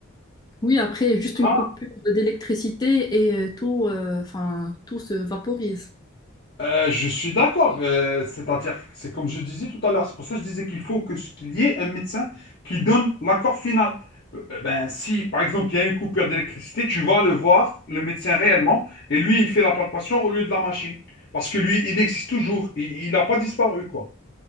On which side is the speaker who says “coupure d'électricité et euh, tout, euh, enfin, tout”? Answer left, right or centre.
Left